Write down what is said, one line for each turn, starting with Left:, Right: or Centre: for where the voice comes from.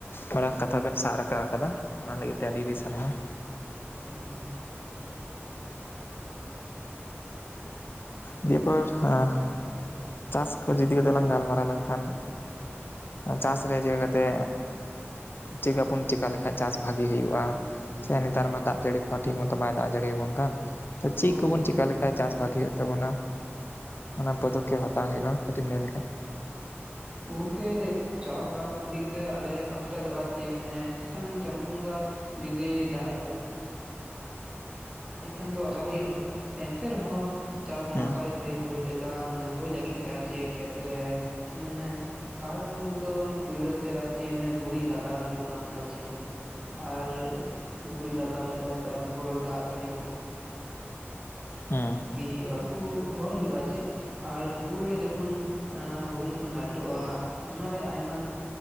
Left: ᱢᱟᱨᱟᱝ ᱠᱟᱛᱷᱟ ᱵᱮᱱ ᱥᱟᱵ ᱨᱟᱠᱟᱵ ᱟᱠᱟᱫᱟ ᱚᱱᱟ ᱞᱟᱹᱜᱤᱫ ᱛᱮ ᱟᱹᱰᱤ ᱟᱹᱰᱤ ᱥᱟᱨᱦᱟᱣ
Right: <unintelligible>
Left: ᱫᱤᱭᱟᱹᱯᱚᱨ <unintelligible> ᱪᱟᱥ ᱠᱚ ᱤᱫᱤ ᱠᱟᱛᱮ ᱞᱟᱝ ᱜᱟᱞᱢᱟᱨᱟᱣ ᱞᱮᱱᱠᱷᱟᱱ ᱟᱨ ᱪᱟᱥᱨᱮ ᱪᱤᱠᱟᱹ ᱠᱟᱛᱮ ᱪᱤᱠᱟᱵᱩᱱ ᱪᱤᱠᱟ ᱞᱮᱠᱷᱟᱱ ᱪᱟᱥ ᱵᱷᱟᱜᱤ ᱦᱩᱭᱩᱜᱼᱟ ᱥᱮ ᱱᱮᱛᱟᱨ ᱢᱟ ᱫᱟᱜ ᱡᱟᱹᱲᱤ ᱠᱚᱦᱚᱸ ᱴᱷᱤᱠ ᱢᱚᱛᱚ ᱵᱟᱭ ᱫᱟᱜ ᱡᱟᱹᱲᱤᱭᱟ ᱟᱵᱚᱱ ᱠᱟᱱ ᱪᱤᱫ
Right: ᱦᱳᱭ
Left: ᱠᱚᱵᱚᱱ
Right: ᱦᱳᱭ
Left: ᱪᱤᱠᱟ ᱞᱮᱠᱷᱟᱡ ᱪᱟᱥ ᱵᱷᱟᱜᱤ ᱦᱩᱭᱩᱜᱼᱟ ᱛᱟᱵᱚᱱᱟ <unintelligible> ᱚᱱᱟ ᱯᱚᱫᱚᱠᱷᱮᱯ ᱦᱟᱛᱟᱣ ᱦᱳᱭᱳᱜᱼᱟ ᱠᱟᱹᱴᱤᱡ ᱮᱢ ᱞᱟᱹᱭ ᱞᱮᱠᱷᱟᱱ
Right: ᱜᱚᱝᱠᱮ ᱪᱟᱥᱵᱟᱥ ᱤᱫᱤᱠᱟ ᱠᱟᱛᱮ ᱟᱞᱮ ᱯᱟᱥᱴᱟ ᱫᱚ ᱟᱨ ᱪᱮᱫ ᱪᱮᱛᱟᱱ ᱪᱟᱸᱫᱚ ᱵᱚᱸᱜᱟ ᱡᱩᱫᱤ ᱫᱟᱜ ᱮ ᱡᱟᱹᱲᱤ ᱠᱷᱟᱱ ᱫᱚ ᱟᱥᱟ ᱦᱩᱭᱩᱜ-ᱟ ᱮᱱᱛᱮ ᱨᱮᱦᱚᱸ ᱪᱟᱥ
Left: ᱦᱩᱸ
Right: ᱱᱟᱯᱟᱭ ᱥᱟᱦᱤᱡ ᱦᱳᱭ ᱞᱮᱠᱟ ᱢᱟᱱᱮ ᱦᱳᱭ ᱞᱟᱹᱜᱤᱫ ᱛᱮ ᱟᱨ ᱪᱮ ᱠᱷᱮᱛᱨᱮ ᱢᱟᱱᱮ ᱥᱟᱨ ᱫᱚ ᱯᱳᱭᱞᱳ ᱛᱮ ᱟᱨ ᱪᱮᱫ ᱜᱩᱨᱤᱡ ᱞᱟᱜᱟᱣ ᱦᱩᱭᱩᱜᱼᱟ ᱟᱨ ᱪᱮᱫ ᱟᱨ ᱜᱩᱨᱤᱡ ᱞᱟᱜᱟᱣ ᱦᱩᱭᱩᱜᱼᱟ ᱛᱟᱯᱚᱨ ᱫᱟᱜ ᱡᱟᱹᱲᱤ
Left: ᱦᱮᱸ
Right: ᱥᱤ ᱦᱳᱭᱳᱜᱼᱟ ᱩᱛᱩ ᱠᱚ ᱨᱚᱦᱚᱭ ᱦᱩᱭᱳᱜᱼᱟ ᱪᱮᱫ ᱟᱨ ᱦᱩᱲᱩᱨᱮ ᱡᱚᱠᱷᱚᱱ ᱦᱩᱲᱩ ᱡᱚᱠᱷᱚᱱ ᱞᱟᱹᱴᱩᱜᱼᱟ ᱚᱱᱟᱨᱮ ᱟᱭᱢᱟ